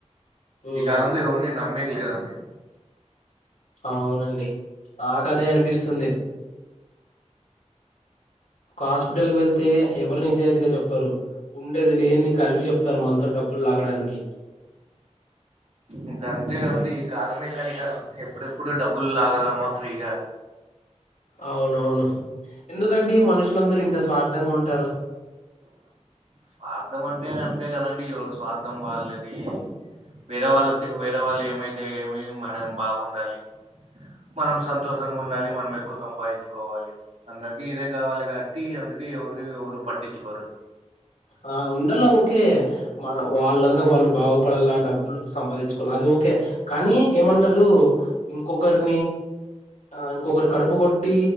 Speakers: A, on the left (about 85°); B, on the right (about 65°).
A: హ్మ్.
B: ఈ కాలంలో ఎవ్వర్ని నమ్మేక్ లేదండి
A: అవునండి ఆ కదే అనిపిస్తుంది. ఒక హాస్పిటల్ కి వెళ్తే ఎవరు నిజాయితీగా జేప్పరు. ఉండేది లేంది కలిపి జేప్తారు మనతో డబ్బులు లాగడానికి
B: ఇంక అంతే కదండి ఈ కాలమే కానీ ఎప్పుడెప్పుడు డబ్బులు లాగదామా ఫ్రీగా
A: అవునవును ఎందుకండి మనుషులందరూ ఇంత స్వార్థంగా ఉంటారు.
B: స్వార్థం అంటే అంతే కదండి ఎవరు స్వార్థం వాళ్ళది వేరే
A: హ్మ్.
B: వాళ్ళతే వేరే వాళ్ళు ఏమైతే ఏమి మనం బాగుండాలి. మనం సంతోషంగా ఉండాలి. మనం ఎక్కువ సంపాదించుకోవాలి అందరికి ఇదే గావాలి గాట్టి అందుకే ఎవరు ఎవరు పట్టించుకోరు.
A: ఆ ఉండాలా ఓకే మన వాళ్ళందా వాళ్ళు బాగుపడాల డబ్బులు సంపాదించుకోవాల్ అది ఓకే కానీ ఏమంటారు ఇంకొకరిని ఆ ఇంకొకరు కడుపు గొట్టి